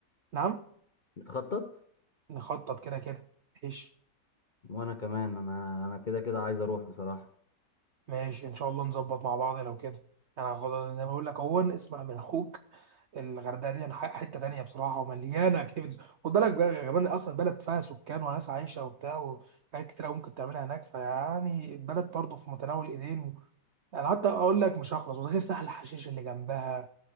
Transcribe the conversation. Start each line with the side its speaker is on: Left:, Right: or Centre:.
Right: نعم
Left: بتخطط
Right: نخطط كده كده ايش
Left: وانا كمان انا انا كده كده عايز اروح بصراحة
Right: ماشي ان شاء الله نظبط مع بعض لو كده انا يعني هاخد- زي ما بقول لك اهو اسمع من اخوك الغردقه دي ح- حته تانية بصراحه ومليانه اكتيفيتيز خد بالك بقى كمان اصلا بلد فيها سكان وناس عايشه وبتاع وحاجات كتير أوي ممكن تعملها هناك فيعني البلد برضه في متناول ايدين انا حتى اقول لك مش هخلص وده غير سهل حشيش اللي جنبها